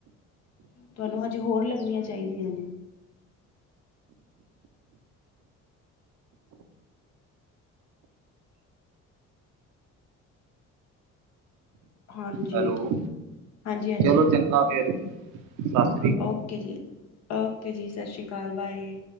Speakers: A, on the left; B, on the right.
A: ਤੁਹਾਨੂੰ ਹਜੇ ਹੋਰ ਲੱਗਣੀਆਂ ਚਾਹੀਦੀਆਂ ਨੇ। ਹਾਂਜੀ
B: ਹੈਲੋ,
A: ਹਾਂਜੀ ਹਾਂਜੀ
B: ਚਲੋ ਚੰਗਾ ਫੇਰ ਸਸ
A: ਓਕੇ ਜੀ, ਓਕੇ ਜੀ, ਸਸ਼ ਰੀ ਕਾਲ ਬਾਏ।